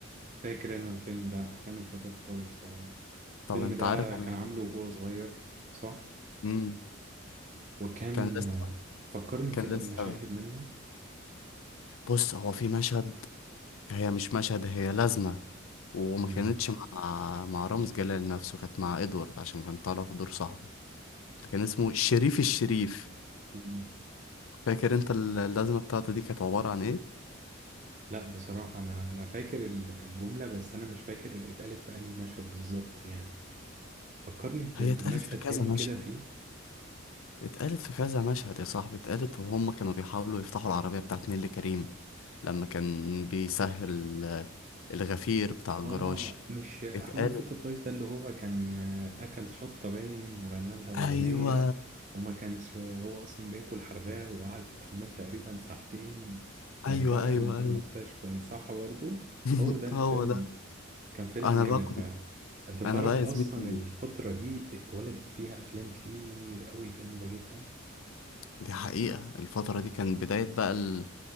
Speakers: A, on the right; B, on the left.
A: فاكر انا الفيلم ده احلام الفتى الطايش طبعا الفيلم
B: طب انت
A: ده
B: عارف انا
A: كان عامله وهو صغير صح
B: مم.
A: وكان
B: كان لسه
A: آه، فكرني
B: كان
A: كده
B: لسه
A: بمشاهد منه
B: بص هو في مشهد هي مش مشهد هي لازمة وما
A: مم.
B: كانتش مع مع رامز جلال نفسه كانت مع ادوارد عشان كان طالع في دور صاحبه اللي كان اسمه شريف الشريف
A: مم.
B: فاكر انت ال- اللازمة بتاعته دي كانت عبارة عن ايه
A: لا بصراحة انا انا فاكر ال- الجملة بس انا مش فاكر اتقالت في انهي مشهد بالظبط يعني فكرني ب-
B: هي اتقالت
A: بمشهد
B: في كذا
A: تاني
B: مشهد
A: كده فيه
B: اتقالت في كذا مشهد يا صاحبي اتقالت وهم كانوا بيحاولوا يفتحوا العربية بتاعت نيللي كريم لما كان بيسهل آه، الغفير بتاع الجراج
A: اه مش احلام
B: اتقالت
A: الفتى الطايش ده اللي هو كان اكل شطه باين وغنى لها اغنيه
B: ايوه
A: وما كانش هو اصلا بياكل حراق وقعد في الحمام تقريبا ساعتين وبعد
B: ايوه
A: كده راح
B: ايوه
A: المستشفى
B: ايوه
A: صح برضه
B: <laughs>
A: هو ده الفيلم
B: هو ده
A: كان فيلم
B: انا
A: جامد
B: بقى كنت
A: فعلا انت تعرف
B: انا بقى
A: اصلا
B: يا زميلي
A: الفتره دي اتولدت فيها افلام كتير قوي جامده جدا
B: دي حقيقة الفترة دي كان بداية بقى ال...